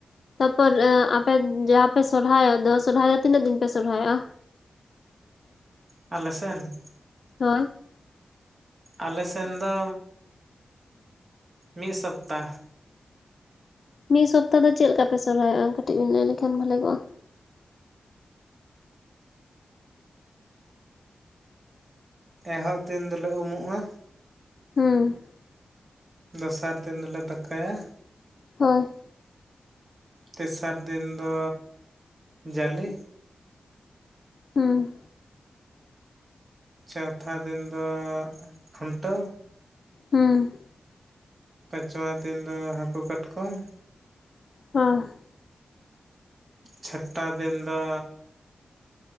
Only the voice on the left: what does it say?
ᱛᱟᱯᱚᱨ ᱟᱯᱮ ᱡᱟᱦᱟᱸ ᱯᱮ ᱥᱚᱨᱦᱟᱭᱚᱜ ᱫᱚ ᱥᱚᱨᱦᱟᱭ ᱫᱚ ᱛᱤᱱᱟᱹᱜ ᱫᱤᱱ ᱯᱮ ᱥᱚᱨᱦᱟᱭᱚᱜᱼᱟ?
ᱦᱳᱭ
ᱢᱤᱫ ᱥᱚᱯᱛᱟᱦ ᱫᱚ ᱪᱮᱫ ᱞᱮᱠᱟ ᱯᱮ ᱥᱚᱨᱦᱟᱭᱚᱜᱼᱟ? ᱠᱟᱹᱴᱤᱡ ᱵᱮᱱ ᱞᱟᱹᱭ ᱞᱮᱠᱷᱟᱱ ᱵᱷᱷᱟᱮ ᱠᱚᱜᱼᱟ᱾
ᱦᱮᱸ
ᱦᱳᱭ
ᱦᱩᱸ
ᱦᱮᱸ
ᱦ